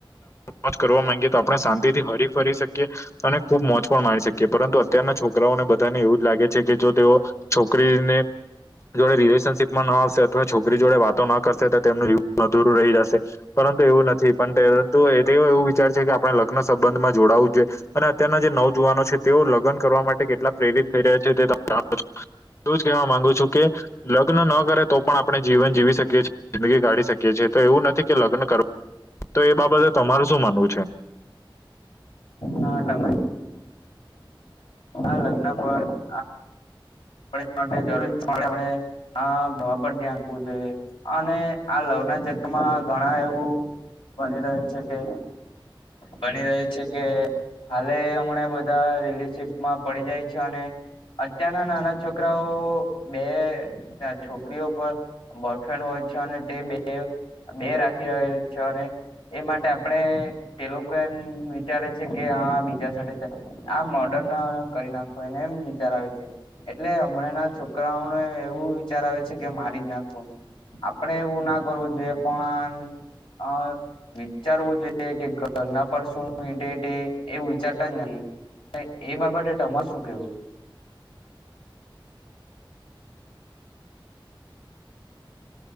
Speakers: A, on the left; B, on the left.
A: મો કરવા માંગીએ તો આપણે શાંતિ થી હરી ફરી શકીએ. અને ખુબ મોજ પણ માણી શકીએ પરંતુ અત્યારના છોકરાઓને બધાને એવું જ લાગે છે કે જો તેઓ છોકરીને જોડે રિલેશનશીપમાં ન આવશે તો છોકરી જોડે વાતો ન કરશે તો તેમનું જીવન અધુરું રહી જશે. પરંતુ એવું નથી પણ પરંતુ તે એવું વિચાર છે કે આપણે લગ્ન સંબંધમાં જોડાવું જોઈએ. અને અત્યારના જે નવજુવાનો છે તેઓ લગ્ન કરવા માટે કેટલા પ્રેરિત થઈ રહ્યા છે તે તમે જાણો છો. એવું જ કવા માંગુ છું કે લગ્ન ન કરે તો પણ આપણે જીવન જીવી શકીએ છીએ જિંદગી કાઢી શકીએ છીએ તો એવું નથી કે લગ્ન કર તો એ બાબતે તમારે શું માનવું છે.
B: હા. <unintelligible> પણ એ માટે જરૂરી પણ એમને. હા ભવા પર ધ્યાન આપવું જોઈએ અને આ લવના ચક્રમાં ઘણા એવું બની રહ્યું છે કે બની રહ્યું છે કે હાલે હમણાં બધા રિલેશશીપમાં પડી જાય છે અને અત્યારના નાના છોકરાઓ બે છોકરીઓ પણ બોયફ્રેન્ડ હોય છે અને તે બે બે રાખી રહ્યો છે અને એ માટે આપડે તે લોકો એમ વિચારે છે કે હા બીજા સાથે આ મોર્ડર્ન કરી નાખો એને એમ વિચાર આવે છે એટલે હમણાં ના છોકરાઓને એવું વિચાર આવે છે કે મારી જ નાખવું. આપડે એવું ના કરવું જોઈએ પણ અ વિચારવું જોઈએ કે ઘરના પર શું ડેટ એવું વિચારતા જ નથી એ બાબતે તમાર શું કેવું?